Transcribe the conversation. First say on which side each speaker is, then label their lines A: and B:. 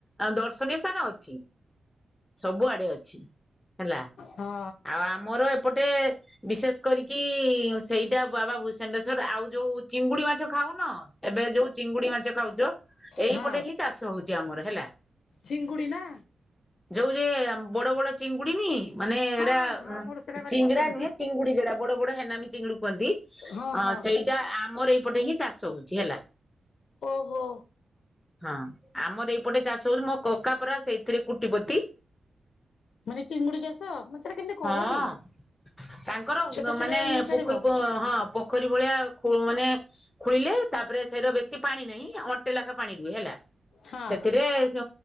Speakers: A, on the left; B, on the left.
A: ଦର୍ଶନୀୟ ସ୍ଥାନ ଅଛି ସବୁଆଡେ ଅଛି ହେଲା
B: ହଁ
A: ଆଉ ଆମର ଏପଟେ ବିଶେଷ କରିକି ସେଇଟା ବାବା ବ ଭୂଷଣ୍ଡେଶ୍ଵର ଆଉ ଯୋଉ ଚିଙ୍ଗୁଡି ମାଛ ଖାଉନି ଖାଉନ ଏବେ ଯୋଉ ଚିଙ୍ଗୁଡି ମାଛ ଖାଉଛ ଏଇପଟେ
B: ହଁ
A: ହିଁ ଚାଷ ହଉଛି । ଚି ଆମର ହେଲା ।
B: ଚିଙ୍ଗୁଡି ନା
A: ଯୋଉ ଯେ ବଡ ବଡ ଚିଙ୍ଗୁଡି ନି ମାନେ ଏଇଡା
B: ହଁ ହଁ ହଁ ମୋର ସେଇଟା ଭାରି
A: ଚିଙ୍ଗଡା
B: ପସନ୍ଦ
A: ନୁହେଁ ଚିଙ୍ଗୁଡି ଯେଟା ବଡ ବଡ ହେନାମି ଚିଙ୍ଗୁଡି କୁହନ୍ତି ଅ
B: ହଁ ହଁ।
A: ସେଇଟା ଆମର ଏଇପଟେ ହିଁ ଚାଷ ହଉଛି ହେଲା।
B: ଓହୋ।
A: ହଁ ଆମର ଏଇପଟେ ଚାଷ ମୋ କକା ପରା ସେଇଥିରେ କୋଟିପତି।
B: ମାନେ ଚିଙ୍ଗୁଡି ଚାଷ? ସେଟା କେମିତି କରନ୍ତି?
A: ହଁ ତାଙ୍କର
B: ଛୋଟ ଛୋଟ
A: ମାନେ
B: ଇଏ ଛାଡିବ
A: ପୋଖରୀ କ ହଁ ପୋଖରୀ ଭଳିଆ ମାନେ ଖୋଳିଲେ ତାପରେ ସେଇର ବେଶୀ ପାଣି ନାହିଁ ଅଣ୍ଟେ ଲେଖା ପାଣି ହେଲା
B: ହଁ
A: ସେଥିରେ ସେ